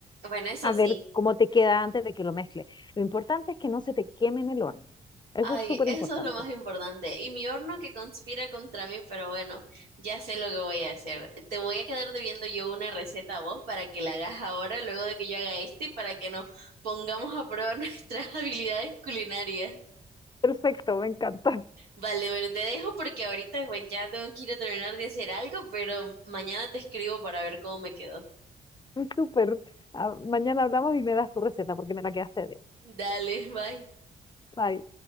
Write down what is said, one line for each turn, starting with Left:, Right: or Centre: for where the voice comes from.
Right: Bueno, eso
Left: a
Right: sí.
Left: ver cómo te queda antes de que lo mezcle. Lo importante es que no se te queme en el horno. Eso
Right: Ay,
Left: es súper
Right: eso
Left: importante.
Right: es lo más importante. Y mi horno que conspira contra mí, pero bueno, ya sé lo que voy a hacer. Te voy a quedar debiendo yo una receta a vos para que la hagas ahora, luego de que yo haga este, y para que nos pongamos a prueba <laughs> nuestras habilidades culinarias.
Left: Perfecto, me encanta.
Right: Vale, bueno, te dejo porque ahorita pues, ya tengo que ir a terminar de hacer algo, pero mañana te escribo para ver cómo me quedó.
Left: <laughs> Súper. Ah, mañana hablamos y me das tu receta porque me la quedaste bien.
Right: <laughs> Dale, bye.
Left: Bye.